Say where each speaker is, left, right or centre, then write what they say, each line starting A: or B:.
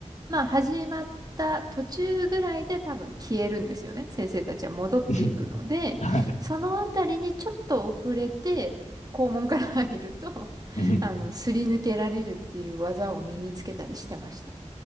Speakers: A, on the right; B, on the left.
A: まあ始まった途中ぐらいで多分消えるんですよね。先生たちは戻っていくので、
B: <laughs> はい
A: そのあたりにちょっと遅れて、肛門から入ると、<laughs>
B: うん。
A: あの、すり抜けられるっていう技を身につけたりしてました。